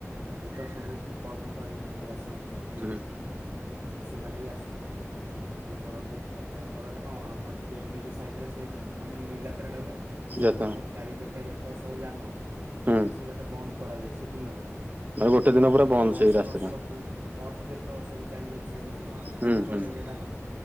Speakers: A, on the right; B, on the right.
A: ଯେତେ ସବୁ କର୍ମକାରୀ ମାନେ ଆସ
B: ହୁଁ।
A: ସେମାନେ ବି ଆସନ୍ତି ସବୁମାନୋନେ ଇଏ କରନ୍ତି ତାପରେ ଆମର ଏଇଟା କଣ ଆମର ଟିକେ ଏ ଏଚ ସାଇ ରେ ସେ ମାନେ ଯାତ୍ରା ଟା ହୁଏ ସବୁ
B: ଯାତ୍ରା
A: ଆମର ଚାରି ଚକିଆ ଯେତ ସବୁ ଯାନ
B: ହୁଁ
A: ସବୁ ସେବା ଟା ବନ୍ଦ କରାଯାଏ ସେ ଦିନ ହ
B: ଆଉ ଗୋଟେ ଦିନ ପୁରା
A: ମାନେ
B: ବନ୍ଦ
A: ବସ୍
B: ସେଇ ରାସ୍ତାଟା
A: ଫସ୍ ସବ ବସ୍ ଯେତ ତ ସବୁ ଚାରି ବଜକି ଜା
B: ହୁଁ
A: ସେ ଛଅ
B: ହୁଁ
A: ଜକିଆ ଜା